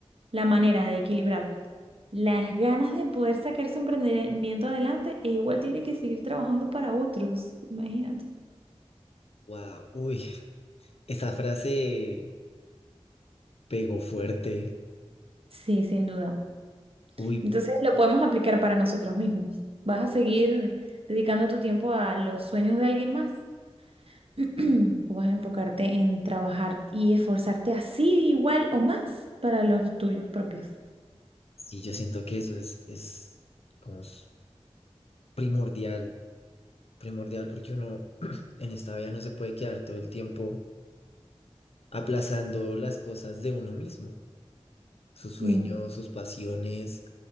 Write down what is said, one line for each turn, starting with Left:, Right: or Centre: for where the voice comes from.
Right: la manera de equilibrar las ganas de poder sacar su emprendimiento adelante e igual tiene que seguir trabajando para otros, imagínate.
Left: Wow, uy, esa frase pegó fuerte.
Right: Sí, sin duda.
Left: Uy,
Right: Entonces lo podemos aplicar para nosotros mismos. ¿Vas a seguir dedicando tu tiempo a los sueños de alguien más? <clears throat> ¿O vas a enfocarte en trabajar y esforzarte así igual o más para los tuyos propios?
Left: sí, yo siento que eso es, es como s- primordial primordial porque uno <clears throat> en esta vida no se puede quedar todo el tiempo aplazando las cosas de uno mismo, sus sueños,
Right: Mm,
Left: sus pasiones,